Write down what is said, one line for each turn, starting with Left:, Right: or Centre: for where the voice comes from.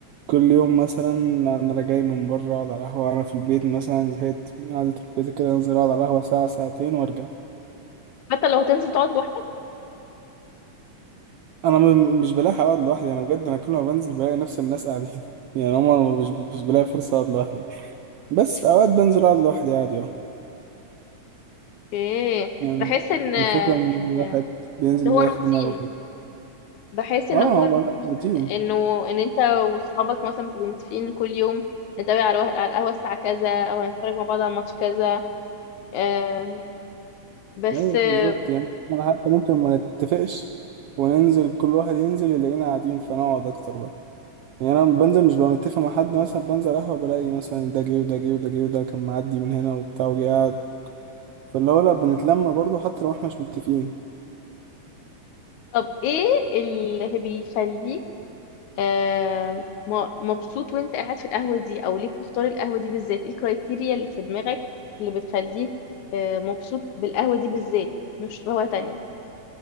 Right: كل يوم مثلا أنا لا جاي من بره أقعد على القهوة أنا في البيت مثلا زهقت من قعدة البيت كده أنزل أقعد على القهوة ساعة ساعتين وأرجع
Left: حتى لو هتنزل تقعد لوحدك
Right: أنا م- مش بلاحق أقعد لوحدي أنا بجد أنا كل ما بنزل بلاقي نفس الناس قاعدين <laughs> يعني هما مش مش بلاقي فرصة أقعد لوحدي بس في أوقات بنزل أقعد لوحدي عادي أه
Left: ايه
Right: يعني
Left: بحس ان آه،
Right: الفكرة إن الواحد
Left: ان
Right: بينزل
Left: ان هو
Right: يريح
Left: روتين
Right: دماغه كده
Left: بحس ان
Right: اه
Left: هو روتين
Right: هو لا روتين
Left: انه ان انت واصحابك مثلا بتبقوا متفقين كل يوم نتابع على الوه- على القهوة الساعة كذا او هنتفرج مع بعض على الماتش كذا آم، بس
Right: ايوه
Left: آه،
Right: بالظبط يعني احنا حتى ممكن ما نتفقش وننزل كل واحد ينزل يلاقينا قاعدين فنقعد اكتر بقى يعني انا بنزل مش ببقى متفق مع حد مثلا بنزل قهوه بلاقي مثلا ده جه وده جه وده جه وده كان معدي من هنا وبتاع وجه قاعد فاللي هو لا بنتلم برضه حتى لو احنا مش متفقين
Left: طب ايه اللي بيخليك آم، م- مبسوط وانت قاعد في القهوة دي او ليه بتختار القهوة دي بالذات ايه الكرايتيريا اللي في دماغك اللي بتخليك آه، مبسوط بالقهوة دي بالذات مش قهوة تانية